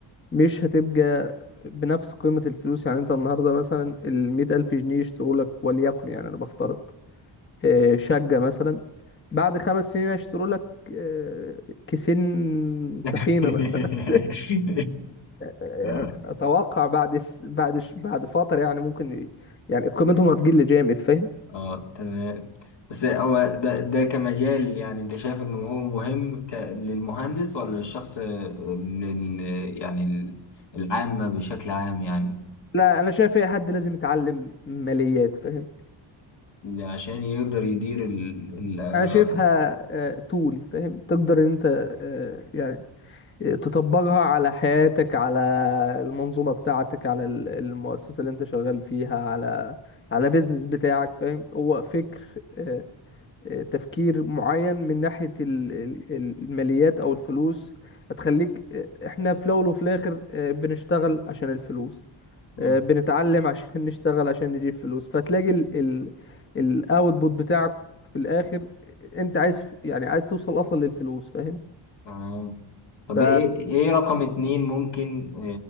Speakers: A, on the left; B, on the left.
A: مش هتبقى بنفس قيمة الفلوس يعني انت النهاردة مثلا المية ألف جنيه يشتروا لك وليكن يعني أنا بفترض آه، شقة مثلا بعد خمس سنين هيشتروا لك آه، كيسين طحينة
B: <laughs>
A: مثلا <laughs> يعني
B: آه.
A: أتوقع بعد س... بعد ش... بعد فترة يعني ممكن ي... يعني قيمتهم هتقل جامد فاهم
B: اه تمام بس هو ده ده كمجال يعني انت شايف انه هو مهم ك... للمهندس ولا للشخص لل... يعني ال- العامة بشكل عام يعني
A: لا أنا شايف أي حد لازم يتعلم ماليات فاهم
B: اللي عشان يقدر يدير ال... ال... آه،
A: أنا شايفها آه، طول فاهم تقدر إن أنت آه، يعني تطبقها على حياتك على المنظومة بتاعتك على ال- المؤسسة اللي انت شغال فيها على على بيزنس بتاعك فاهم هو فكر آه، آه، تفكير معين من ناحية ال- ال- ال- الماليات او الفلوس هتخليك آه، احنا في الاول وفي الاخر آه، بنشتغل عشان الفلوس
B: مم.
A: آه، بنتعلم عشان <laughs> نشتغل عشان نجيب فلوس فتلاقي الاوتبوت بتاعك في الاخر آه، انت عايز يعني عايز توصل اصلا للفلوس فاهم
B: تمام. طب
A: ف
B: ايه ايه رقم اتنين ممكن آه،